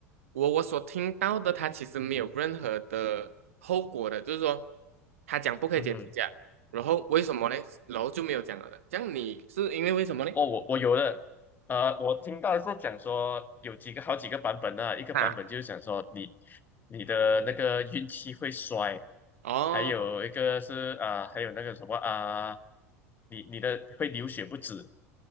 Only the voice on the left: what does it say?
嗯哼，
哦，我我有的，呃，我听到是讲说有几个好几个版本呢、一个版本就是讲说你
你的那个运气会衰，
还有一个是啊、呃还有那个什么啊、你你的会流血不止